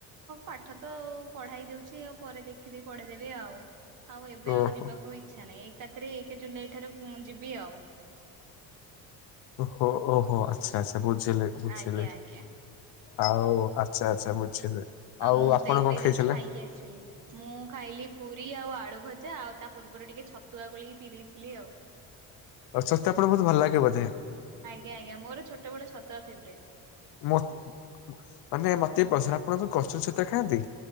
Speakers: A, on the right; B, on the left.
A: ପାଠ ତ ଆଉ ପଢା ହେଇଯାଉଛି। ଛି ଆଉ ପରେ ଦେଖିଦି ପଢେଇଦେବି ଆଉ ଆଉ ଏବେ ଆଉ
B: ଓହୋ।
A: ଯିବାକୁ ଇ ଇଚ୍ଛା ନାଇଁ ଏକାଥରେ ଏକ ଜୁଲାଇ ଠାରୁ ଯିବି ଆଉ।
B: ଓ ହୋ ଓ ହୋ ଆଚ୍ଛା ଆଚ୍ଛା ବୁଝିଲି ବୁଝିଲି।
A: ଆଜ୍ଞା ଆଜ୍ଞା
B: ଆଉ ଆଚ୍ଛା ଆଚ୍ଛା ବୁଝିଲି ଆଉ
A: ମୁଁ
B: ଆପଣ
A: ତ ଏବେ
B: କଣ ଖାଇସାରିଲେଣି।
A: ଜଷ୍ଟ ଖାଇକି ଆସିଲି। ମୁଁ ଖାଇଲି ପୁରୀ ଆଉ ଆଳୁ ଭଜା ଆଉ ତା ପୂର୍ବରୁ ଟିକେ ଛତୁଆ ଗୋଳିକି ପିଇ ଦେଇଥିଲି ଆଉ।
B: ଅଚସ୍ଵସ୍ଥ ଆପଣଙ୍କୁ ବହୁତ ଭଲ ଲାଗେ ବୋଧେ।
A: ଆଜ୍ଞା, ଆଜ୍ଞା ମୋର ଛୋଟବେଳୁ ଛତୁଆ ଫେବରଏଟ।
B: ମୋ ମାନେ ମତେ ପସ ଆପଣ କସ୍ତୁରୀ ଛତୁଆ ଖାଆନ୍ତି।